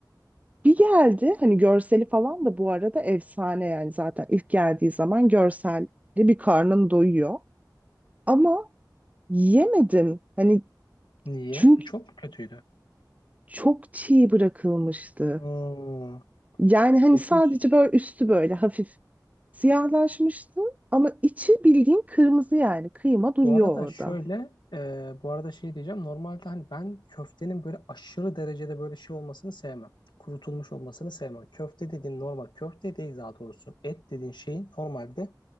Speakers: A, on the right (about 20°); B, on the left (about 85°).
A: Bir geldi hani görseli falan da bu arada efsane yani zaten ilk geldiği zaman görselde bir karnın doyuyor. Ama yemedim. Hani
B: Niye?
A: çünkü
B: Çok mu kötüydü?
A: çok çiğ bırakılmıştı.
B: Hmm.
A: Yani hani
B: Peki
A: sadece böyle üstü böyle hafif siyahlaşmıştı ama içi bildiğin kırmızı yani kıyma duruyor
B: Bu arada
A: orada.
B: şöyle, e, bu arada şey diyeceğim. Normalde hani ben köftenin böyle aşırı derecede böyle şey olmasını sevmem. Kurutulmuş olmasını sevmem. Köfte dediğin normal, köfte değil daha doğrusu. Et dediğin şeyin normalde